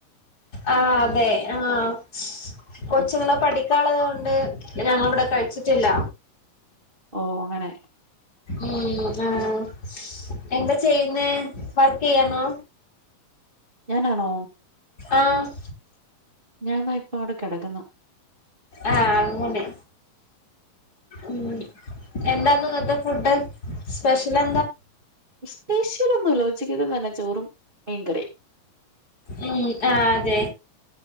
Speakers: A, on the left; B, on the right.
A: ആഹ് അതെ ആഹ് കൊച്ചുങ്ങളെ
B: ആഹ്
A: പഠിക്കാള്ളത് കൊണ്ട് ഞങ്ങൾ ഇവിടെ കഴച്ചിട്ടില്ല.
B: ഓ അങ്ങനെ.
A: ഉം, ആഹ്, എന്താ ചെയ്യുന്ന വർക്ക് ചെയ്യണോ
B: ഞാനാണോ?
A: ആഹ്
B: ഞാൻ താ ഇപ്പൊ അവിടെ കിടക്കുന്നു.
A: ആഹ് അങ്ങന. ഉം, എന്താന്ന് ഇന്നത്തെ ഫുഡ്? സ്പെഷ്യല
B: സ്പെഷ്യൽ ഒന്നുമല്ല, ഉച്ചക്ക് തന്നെ ചോറും മീൻകറിയും.
A: ഉം ആഹ് അതെ,